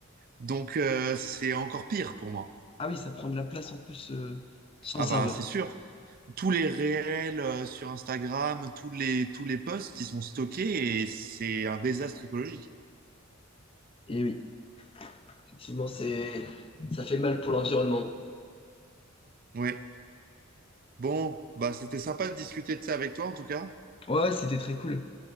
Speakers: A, on the right; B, on the left.
A: Donc, euh, c'est encore pire pour moi.
B: Ah oui, ça prend de la place en plus euh, sur
A: Ah
B: le serveur.
A: bah, c'est sûr. Tous les réels euh, sur Instagram, tous les, tous les posts, ils sont stockés et c'est un désastre écologique.
B: Et oui, effectivement, c'est ça fait mal pour l'environnement.
A: Ouais. Bon, bah, c'était sympa de discuter de ça avec toi, en tout cas.
B: Ouais, ouais, c'était très cool.